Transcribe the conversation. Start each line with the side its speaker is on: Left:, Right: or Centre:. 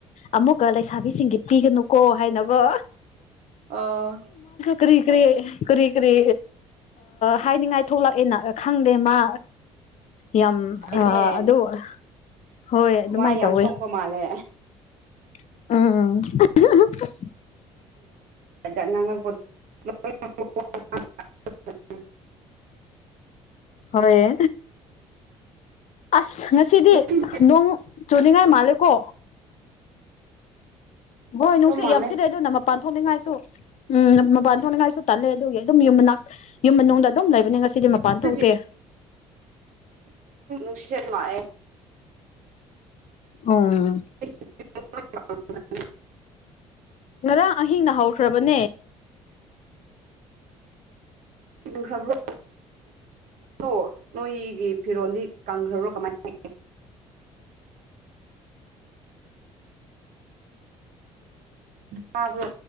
Left: ꯑꯃꯨꯛꯀ ꯂꯩꯁꯥꯕꯤꯁꯤꯡꯒꯤ ꯄꯤꯒꯅꯨꯀꯣ ꯍꯥꯏꯅꯒꯣ
Right: ꯑ
Left: ꯀꯔꯤ ꯀꯔꯤ ꯀꯔꯤ ꯀꯔꯤ ꯍꯥꯏꯅꯤꯡꯉꯥꯏ ꯊꯣꯛꯂꯛꯑꯦꯅ ꯈꯪꯗꯦ ꯃꯥ ꯌꯥꯝ
Right: ꯍꯩꯕꯅꯦ
Left: ꯑ ꯑꯗꯨꯗ ꯍꯣꯏ ꯑꯗꯨꯃꯥꯏꯅ
Right: ꯋꯥ ꯌꯥꯝ
Left: ꯇꯧꯋꯦ
Right: ꯊꯣꯛꯄ ꯃꯥꯜꯂꯦ
Left: ꯑ
Right: ꯉ <unintelligible>
Left: ꯍꯣꯏꯦ ꯑꯁ ꯉꯁꯤꯗꯤ
Right: ꯉꯥꯡꯂꯛꯄ
Left: ꯅꯣꯡ ꯆꯨꯅꯤꯡꯉꯥꯏ ꯃꯥꯜꯂꯦꯀꯣ ꯍꯣꯏ ꯅꯨꯡꯁꯤꯠ
Right: ꯃꯥꯜꯂꯦ
Left: ꯌꯥꯝꯁꯤꯜꯂꯦ ꯑꯗꯨꯅ ꯃꯄꯥꯟ ꯊꯣꯛꯅꯤꯡꯉꯥꯏꯁꯨ ꯎꯝ ꯃꯄꯥꯟ ꯊꯣꯛꯅꯤꯡꯉꯥꯏꯁꯨ ꯇꯜꯂꯦ ꯑꯗꯨꯒꯤ ꯑꯗꯨꯝ ꯌꯨꯝ ꯌꯨꯝ ꯃꯅꯨꯡꯗ ꯑꯗꯨꯝ ꯂꯩꯕꯅꯦ ꯉꯁꯤꯗꯤꯦ ꯃꯄꯥꯟ
Right: ꯑꯗꯨꯒꯤ
Left: ꯊꯣꯛꯇꯦ
Right: ꯨꯁꯦ ꯂꯅꯨꯡꯌꯦ
Left: ꯑꯣ
Right: <unintelligible>
Left: ꯉꯔꯥꯡ ꯑꯍꯤꯡꯅ ꯍꯧꯈ꯭ꯔꯕꯅꯦ
Right: ꯈꯕ꯭ꯔ ꯣ ꯅꯣꯏꯒꯤ ꯐꯤꯔꯣꯜꯗꯤ ꯀꯪꯈ꯭ꯔꯔꯣ ꯀꯃꯥꯏꯅ ꯇ ꯃꯥꯕ꯭ꯔꯣ